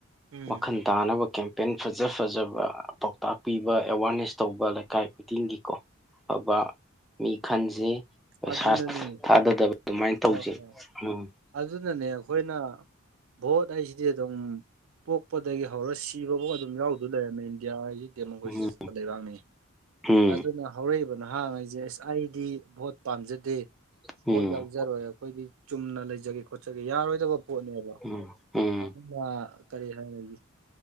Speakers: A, on the right (about 80°); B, in the centre.
A: ꯎꯝ
B: ꯋꯥꯈꯟ ꯇꯥꯅꯕ ꯀꯦꯝꯄꯦꯟ ꯐꯖ ꯐꯖꯕ ꯄꯥꯎꯇꯥꯛ ꯄꯤꯕ ꯑꯦꯋꯥꯔꯅꯦꯁ ꯇꯧꯕ ꯂꯩꯀꯥꯏ ꯈꯨꯗꯤꯡꯒꯤ ꯀꯣ ꯐꯥꯕ ꯃꯤ ꯈꯟꯖꯤ ꯄꯩꯁꯥ
A: ꯑꯗꯨꯅꯅꯦ
B: ꯊꯥꯗꯗꯕ ꯑꯗꯨꯃꯥꯏꯅ ꯇꯧꯖꯦ
A: ꯍꯣꯏ ꯍꯣꯏ
B: ꯎꯝ
A: ꯑꯗꯨꯅꯅꯦ ꯑꯈꯣꯏꯅ ꯚꯣꯠ ꯍꯥꯏꯖꯤꯗꯤ ꯑꯗꯨꯝ ꯄꯣꯛꯄꯗꯒꯤ ꯍꯧꯔ ꯁꯤꯕꯕꯧꯁ ꯑꯗꯨꯝ ꯌꯥꯎꯗꯧ ꯂꯩꯔꯝꯃꯦ ꯏꯟꯗꯤꯌꯥ ꯍꯥꯏꯁꯤ ꯗꯦꯃꯣꯀ꯭ꯔꯦꯁꯤ
B: ꯎꯝ
A: ꯆꯠꯄ ꯂꯩꯕꯥꯛꯅꯤ
B: ꯎꯝ
A: ꯑꯗꯨꯅ ꯍꯧꯔꯛꯏꯕ ꯅꯍꯥꯟꯉꯩꯁꯦ ꯑꯁ ꯑꯩꯗꯤ ꯚꯣꯠ ꯄꯥꯝꯖꯗꯦ
B: ꯎꯝ
A: ꯚꯣꯠ ꯌꯥꯎ ꯖꯔꯣꯏ ꯑꯩꯈꯣꯏꯗꯤ ꯆꯨꯝꯅ ꯂꯩꯖꯒꯦ ꯈꯣꯠꯆꯒꯦ ꯌꯥꯔꯣꯏꯗꯕ ꯄꯣꯠꯅꯦꯕ
B: ꯎꯝ ꯎꯝ
A: ꯑꯗꯨꯅ ꯀꯔꯤ ꯍꯥꯏꯔꯖꯤ